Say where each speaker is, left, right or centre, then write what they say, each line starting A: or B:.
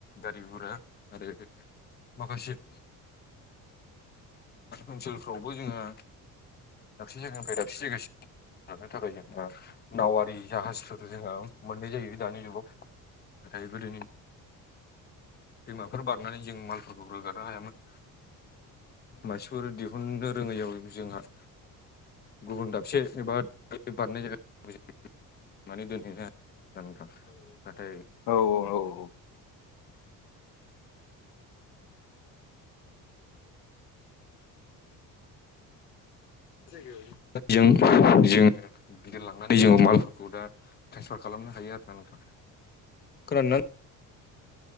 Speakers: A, on the left; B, on the left.
A: गारि गुरा आरो माखासे ओनसोलफ्रावबो जोङो दाबसे जायगानिफ्राय दाबसे जायगा सिम लांनो थाखाय जोंहा नावारि जाहाज जोंहा मोननाय जायो दानि जुगाव नाथाय गोदोनि दैमाफोर बारनानै जों मालफोरखौ रोगानो हायामोन मानसिफोर दिहुननो रोङैयाव जोंहा गुबुन दाबसे एबा बारनाय जायगा <inaudible>
B: औ औ औ <inaudible>
A: ज जोङो गिदिर लांनानै जोङो मालफोरखौ दा ट्रेन्सफार खालामनो हायो आरो